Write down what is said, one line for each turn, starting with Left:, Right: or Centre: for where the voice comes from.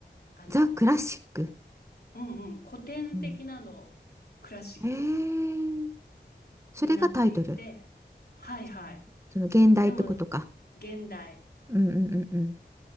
Left: あの
Right: ザ・クラシック、
Left: うんうん古典的なのクラシック。
Right: うん、へえ、それがタイトル、
Left: になっていて、はいはい。
Right: そのその現代ってことか、
Left: でも、現代。
Right: うん、うん、うん、うん。